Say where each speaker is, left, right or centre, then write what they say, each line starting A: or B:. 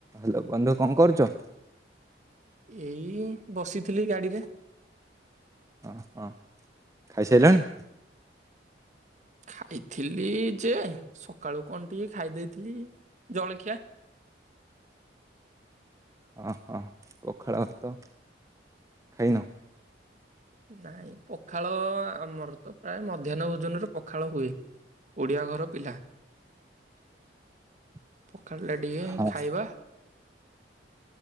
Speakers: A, on the right; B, on the right.
A: Hello ବନ୍ଧୁ କଣ କରୁଛ?
B: ଏଇ ବସିଥିଲି ଗାଡିରେ।
A: ଓ ହଁ ଖାଇସାରିଲାଣି?
B: ଖାଇଥିଲି ଯେ ସକାଳୁ କଣ ଟିକେ ଖାଇ ଦେଇଥିଲି ଜଳଖିଆ।
A: ଅ ହ ପଖାଳ ଭାତ ଖାଇନ?
B: ନାଇଁ ପଖାଳ ଆମର ତ ପ୍ରାୟ ମଧ୍ୟାହ୍ନ ଭୋଜନରେ ପଖାଳ ହୁଏ। ଓଡ଼ିଆ ଘର ପିଲା।
A: <unintelligible>
B: ପଖାଳ ଲେଡିଏ
A: ହଁ
B: ଖାଇବା।